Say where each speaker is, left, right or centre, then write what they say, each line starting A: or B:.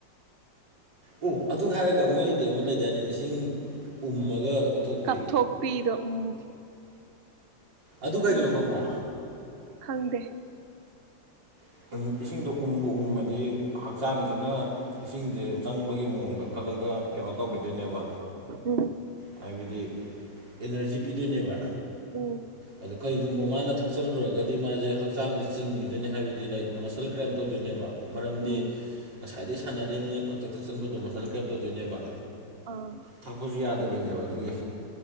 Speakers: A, on the right; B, on the right.
A: ꯑꯣ ꯑꯗꯨ ꯍꯥꯏꯔꯒ ꯃꯣꯏꯗꯤ ꯑꯃ ꯂꯩꯗꯥꯏꯅꯦ ꯏꯁꯤꯡ ꯎꯝꯃꯒ ꯑꯣꯠꯊꯣꯛꯄꯤ
B: ꯀꯞꯊꯣꯛꯄꯤꯗꯣ ꯎꯝ
A: ꯑꯗꯨ ꯀꯩꯒꯤꯅꯣ
B: ꯎꯝ
A: ꯈꯪꯕ꯭ꯔꯥ
B: ꯈꯪꯗꯦ
A: <unintelligible> ꯏꯁꯤꯡꯗꯣ ꯎꯝꯕꯨ ꯎꯨꯝꯃꯗꯤ ꯍꯛꯆꯥꯡꯖꯤꯅ ꯏꯁꯤꯡꯖꯦ ꯆꯪꯕꯒꯤ ꯃꯑꯣꯡꯗ ꯈꯜꯂꯒ ꯀꯩꯅꯣ ꯇꯧꯒꯤꯗꯣꯏꯅꯦꯕ
B: ꯎꯝ
A: ꯍꯥꯏꯕꯗꯤ ꯑꯦꯅꯔꯖꯤ ꯄꯤꯗꯣꯏꯅꯦꯕ
B: ꯎꯝ
A: ꯑꯗ ꯀꯩꯒꯨꯝꯕ ꯃꯥꯅ ꯊꯛꯆꯜꯂꯨꯔꯒꯗꯤ ꯃꯥꯖꯦ ꯍꯛ ꯆꯥꯡꯗ ꯆꯤꯡꯈꯤꯗꯣꯏꯅꯦ ꯍꯥꯏꯕꯗꯤ ꯂꯥꯏꯛ ꯃꯁꯜ ꯀ꯭ꯔꯥꯏꯝ ꯇꯧꯗꯣꯏꯅꯦꯕ ꯃꯔꯝꯗꯤ
B: ꯎꯝ
A: ꯉꯁꯥꯏꯗꯩ ꯁꯥꯟꯅꯔꯤꯝꯅꯤꯅ ꯈꯡꯊꯛ ꯊꯛꯆꯟꯕꯗꯣ ꯃꯁꯜ ꯀꯔꯦꯝ ꯇꯧꯗꯣꯏꯅꯦꯕ
B: ꯑꯥ
A: ꯊꯛꯄꯖꯨ ꯌꯥꯗꯕꯤꯅꯦꯕ ꯑꯗꯨꯒꯤ